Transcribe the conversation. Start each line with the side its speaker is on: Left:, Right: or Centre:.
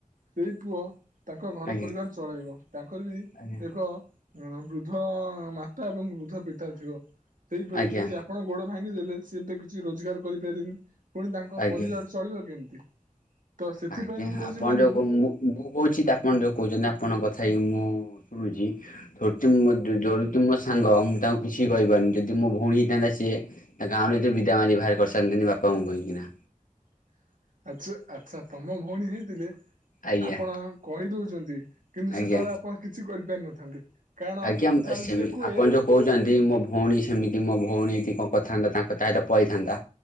Right: ସେଇ ପୁଅ ତାଙ୍କ ଘର
Left: ଆଜ୍ଞା
Right: ପରିବାର ଚଳେଇବ। ତାଙ୍କର ବି
Left: ଆଜ୍ଞା
Right: ଏକ ବୃଦ୍ଧ ମାତା ଏବଂ ବୃଦ୍ଧ ପିତା ଥିବ। ସେଇପରି
Left: ଆଜ୍ଞା ଆଜ୍ଞା
Right: ଯଦି ଆପଣ ଗୋଡ ଭାଙ୍ଗିଦେଲେ ସିଏ ତ କିଛି ରୋଜଗାର କରିପାରେନି ପୁଣି ତାଙ୍କ
Left: ଆଜ୍ଞା
Right: ପରିବାର ଚଳିବ କେମିତି? ତ ସେଥିପାଇଁ
Left: ଆଜ୍ଞା
Right: ମୁଁ କହୁଛି
Left: ଆପଣ
Right: ବନ୍ଧୁ
Left: ଯୋଉ କହୁ ମୁଁ ମୁଁ କହୁଛି ତ ଆପଣ ଯୋଉ କହୁଛନ୍ତି ଆପଣଙ୍କ କଥା ହେଇ ମୁଁ ଶୁଣୁଛି <unintelligible> ମୋ ସାଙ୍ଗ ମୁଁ ତାଙ୍କୁ କିଛି କହିପାରୁନି। ଯଦି ମୋ ଭଉଣୀ ହେଇଥାନ୍ତା ସେ ତା ଗାଁ ରୁ ତ ବିଧା ମାରି ବାହାର କରିସାରନ୍ତିନି ବାପାଙ୍କୁ କହିକିନା।
Right: <inaudible> ଆଚ୍ଛା ଆଚ୍ଛା ତମ ଭଉଣୀ ହେଇଥିଲେ
Left: ଆଜ୍ଞା
Right: ଆପଣ କହିଦଉଛନ୍ତି କିନ୍ତୁ
Left: ଆଜ୍ଞା
Right: ସେତେବେଳେ ଆପଣ କିଛି କରିପାରିନଥାନ୍ତେ। କାରଣ
Left: ଆଜ୍ଞା
Right: କଥାରେ
Left: ସେମି
Right: ଯିଏ କୁହେ
Left: ଆପଣ ଯୋଉ କହୁଛନ୍ତି ମୋ ଭଉଣୀ ସେମିତି ମୋ ଭଉଣୀ ଯଦି କଣ କରିଥାନ୍ତା ତାଙ୍କ ତା ସହିତ ପଳେଇଥାନ୍ତା